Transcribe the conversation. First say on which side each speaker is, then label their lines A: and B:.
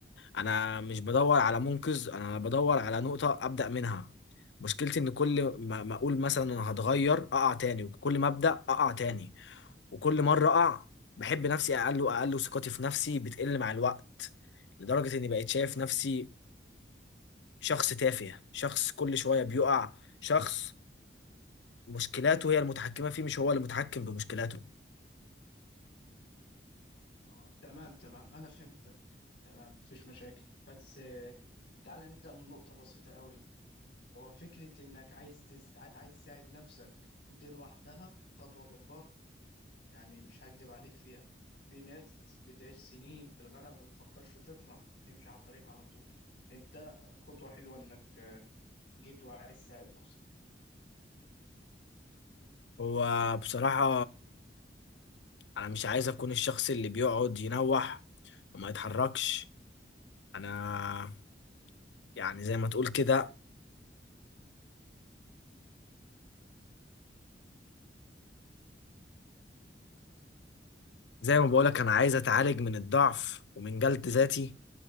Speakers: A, on the left; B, on the left.
A: أنا مش بدور على منقذ أنا بدور على نقطة أبدأ منها مشكلتي إن كل ما ما أقول مثلا أنا هتغير أقع تاني وكل ما أبدأ أقع تاني وكل مرة أقع بحب نفسي أقل وأقل وثقتي في نفسي بتقل مع الوقت لدرجة إني بقيت شايف نفسي شخص تافه شخص كل شوية بيقع شخص مشكلاته هي المتحكمة فيه مش هو اللي متحكم بمشكلاته
B: اه تمام تمام انا فهمتك تمام مفيش مشاكل بس آه، تعالى نبدا من نقطه بسيطه قوي هو فكره انك عايز تس... عايز تساعد نفسك دي لوحدها خطوه جبارة يعني مش هكدب عليك فيها في ناس بتعيش سنين في الغرق وما بتفكرش تطلع تمشي على الطريق على طول انت خطوة حلوة انك آه، جيت وعايز تساعد نفسك
A: هو بصراحة انا مش عايز اكون الشخص اللي بيقعد ينوح وما يتحركش انا يعني زي ما تقول كده زي ما بقولك انا عايز اتعالج من الضعف ومن جلد ذاتي